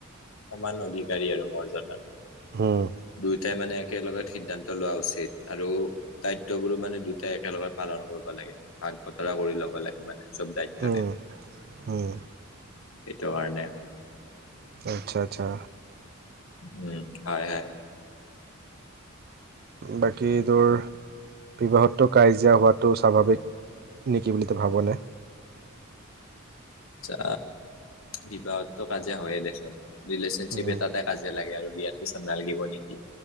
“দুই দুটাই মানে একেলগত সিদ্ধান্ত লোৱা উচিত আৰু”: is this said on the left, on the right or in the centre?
Left